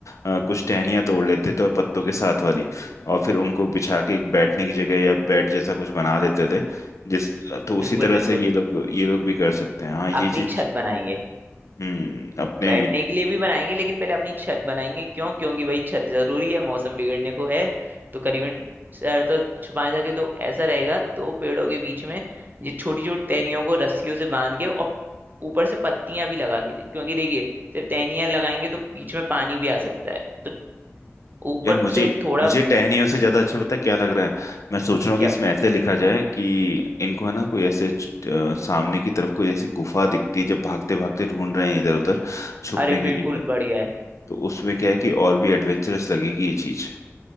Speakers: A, on the left (about 80°); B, on the right (about 40°).
A: अ, कुछ टहनियाँ तोड़ लेते थे और पत्तों के साथ वाली और फिर उनको बिछा के एक बैठने की जगह या बेड जैसा कुछ बना लेते थे जिस तो उसी
B: बिल्कुल
A: तरह
B: बिल्कुल
A: से ये लोग ये लोग भी कर सकते हैं हाँ ये
B: अपनी
A: चीज
B: छत बनाएंगे
A: हम्म अपने
B: बैठने के लिए भी बनाएंगे लेकिन पहले अपनी छत बनाएंगे क्यों क्योंकि भाई छत जरूरी है मौसम बिगड़ने को है तो करीबन सर तो छुपा सके तो ऐसा रहेगा दो पेड़ों के बीच में ये छोटी छोटी टहनियों को रस्सियों से बांध के और ऊपर से पत्तियां भी लगा के क्योंकि देखिए सिर्फ टहनियां लगाएंगे तो बीच में पानी भी आ सकता है तो ऊपर
A: यार मुझे
B: से थोड़ा
A: मुझे टहनियों से ज्यादा अच्छा पता है क्या लग रहा है मैं सोच रहा हूँ
B: क्या
A: कि इसमें ऐसे लिखा जाए कि इनको है ना कोई ऐसे च- अ, सामने की तरफ कोई ऐसी गुफा दिखती है जब भागते भागते ढूंढ रहे हैं इधर उधर छुपने
B: अरे
A: की
B: बिल्कुल
A: जगह
B: बढ़िया है
A: तो उसमें क्या है कि और भी एडवेंचरस लगेगी ये चीज